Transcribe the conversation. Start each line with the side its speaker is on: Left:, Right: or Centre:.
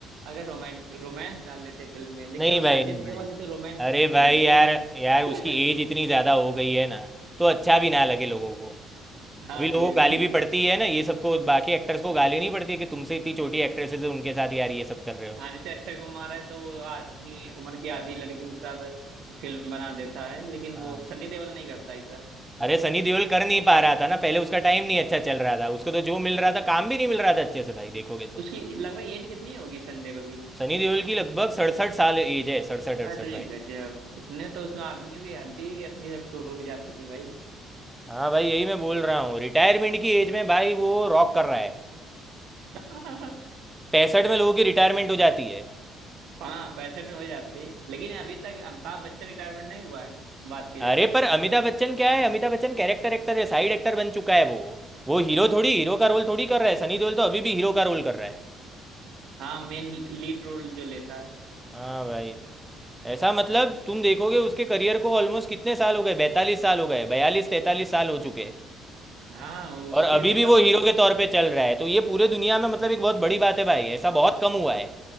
Right: अगर रोमांट रोमांस डाल लेते फिल्म में लेकिन
Centre: नहीं
Right: वो
Centre: भाई
Right: सन्नी
Centre: नहीं
Right: देओल
Centre: भाई
Right: वाले तो रोमांस
Centre: अरे
Right: दिखेगा
Centre: भाई यार
Right: नहीं
Centre: यार
Right: <laughs>
Centre: उसकी एज इतनी ज़्यादा हो गई है ना तो अच्छा भी ना लगे लोगों को
Right: हाँ
Centre: अभी लोगों
Right: ये
Centre: को
Right: भी
Centre: गाली
Right: है
Centre: भी पड़ती है ना ये सबको बाकी एक्टर्स को गाली नहीं पड़ती है कि तुमसे इतनी छोटी एक्ट्रेसेस है उनके साथ यार ये सब कर रहे हो
Right: हाँ जैसे अक्षय कुमार है तो वो आ, अपनी उम्र की आधी लड़कियों के साथ फिल्म बना देता है लेकिन
Centre: हाँ
Right: वो सन्नी देओल नहीं करता ऐसा
Centre: अरे सनी देओल कर नहीं पा रहा था ना पहले उसका टाइम नहीं अच्छा चल रहा था उसको तो जो मिल रहा था काम भी नहीं मिल रहा था अच्छे से भाई देखोगे
Right: तो
Centre: तो
Right: उसकी लगभग एज कितनी होगी सन्नी देओल की
Centre: सनी देओल की लगभग सड़सठ साल एज है सड़सठ अड़सठ
Right: अरे
Centre: भाई
Right: गजब इतने तो उसमें आदमियों की हड्डी हड्डी सब टूट उठ जाती है भाई
Centre: हाँ भाई यही मैं बोल रहा हूँ रिटायरमेंट की एज में भाई वो रॉक कर रहा है
Right: <laughs>
Centre: पैंसठ में लोगों की रिटायरमेंट हो जाती है
Right: हाँ पैसे में हो जाती लेकिन अभी तक अमिताभ बच्चन रिटायरमेंट नहीं हुआ है बात की जाए
Centre: अरे
Right: तो।
Centre: पर अमिताभ बच्चन क्या है अमिताभ बच्चन कैरेक्टर एक्टर है साइड एक्टर बन चुका है वो वो हीरो थोड़ी हीरो का रोल थोड़ी कर रहा है सनी देओल तो अभी भी हीरो का रोल कर रहा है
Right: हाँ मेन लीड रोल जो लेता है
Centre: हाँ भाई ऐसा मतलब तुम देखोगे उसके करियर को ऑलमोस्ट कितने साल हो गए बैतालीस साल हो गए बयालीस तैतालीस साल हो चुके
Right: हाँ उसकी
Centre: और अभी
Right: मतलब
Centre: भी वो
Right: उस
Centre: हीरो के तौर पे चल रहा है तो ये पूरे दुनिया में मतलब एक बहुत बड़ी बात है भाई ऐसा बहुत कम हुआ है